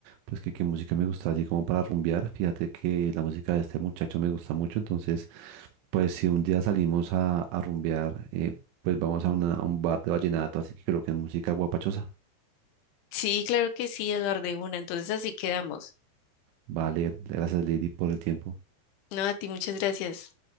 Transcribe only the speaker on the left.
Sí, claro que sí, Eduardo, de una, entonces así quedamos.
No, a ti muchas gracias.